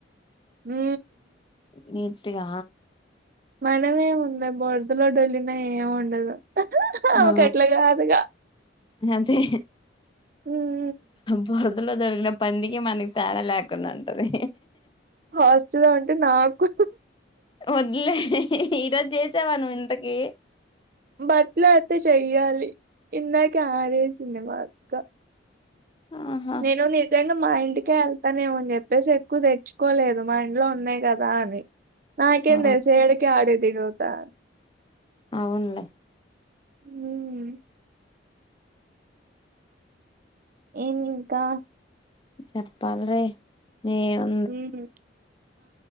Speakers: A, on the right (about 50°); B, on the left (about 25°).
A: మ్
B: నీట్గా
A: మనమేమున్నయ్ బూరదలో డొల్లిన ఏమి ఉండదు అమేకట్లా
B: ఆ
A: కాదుగా
B: అదే
A: మ్
B: బురదలో దొలిగిన పందికి మనకి తేడా లేక్ నంటది
A: హాస్టల్లో ఉంటే నాకు
B: వద్దులే ఈరోజు చేసేవా నువ్ ఇంతకి
A: బట్లాతే చెయ్యాలి ఇందకే ఆరేసింది మా అక్క
B: ఆహా
A: నేను నిజంగా మా ఇంటికేళ్తానేమో అని చెప్పేసి ఎక్కువ తెచ్చుకోలేదు మా ఇంట్లో ఉన్నాయి కద్ నాది నాకేం
B: ఆ
A: తెలుసు ఏడికి యాడికి తిరుగుతా
B: అవున్లే
A: మ్ ఏమి ఇంకా
B: చెప్పాలిరే ఎం
A: మ్